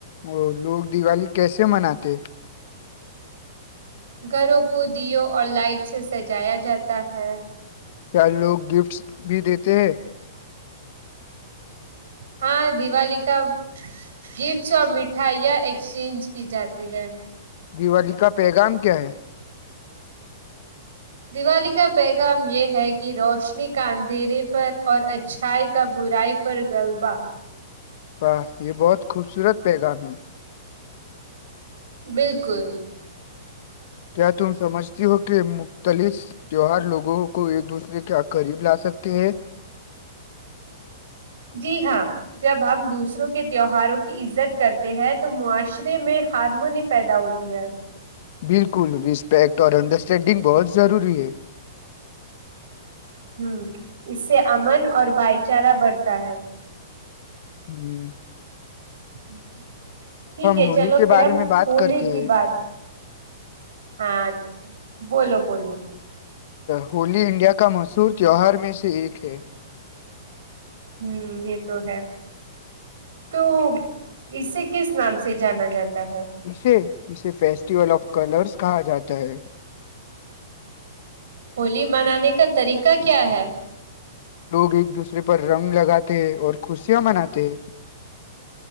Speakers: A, on the left; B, on the right.
A: ا لوگ دیوالی کیسے مناتے
B: گھروں کو دیو اور لائٹ سے سجایا جاتا ہے
A: کیا لوگ گفٹس بھی دیتے ہیں
B: ہاں دیوالی کا گفٹس اور مٹھائیاں ایکسچینج کی جاتی ہے
A: دیوالی کا پیغام کیا ہے
B: دیوالی کا پیغام یہ ہے کہ روشنی کا اندھیرے پر اور اچھائی کا برائی پر غلبہ
A: ہ یہ بہت خوبصورت پیغام ہے
B: بالکل
A: کیا تم سمجھ کہ مختلف تیوہار لوگوں کو ایک دوسرے کے قریب لا سکتے ہیں
B: جی ہاں جب ہم دوسروں کے تہوہاروں کی عزت کرتے ہیں تو معاشرے میں ہارمونی پیدا ہوتی ہے
A: بالکل رسپیکٹ اور انڈرسٹینڈنگ بہت ضروری ہے
B: ہوں اس سے امن اور بھائی چارہ بڑھتا ہے
A: ہوں
B: ہوں ٹھیک ہے
A: ہولی
B: چلو
A: کے
B: پھر
A: بارے
B: ہم
A: میں بات
B: ہول
A: کرتے
B: کی
A: ہیں
B: بات ہاں بولو بولو
A: ہولی انڈیا کا مشہور تہوہار میں سے ایک ہے
B: ہ یہ تو ہے تو اسے کس نام سے جانا جاتا ہے
A: جھ و فیسٹیول آف کلرس کہا جاتا ہے
B: ہولی منانے کا طریقہ کیا ہے
A: لوگ ایک دوسرے پر رنگ لگاتے ہیں اور خوشیاں مناتے ہیں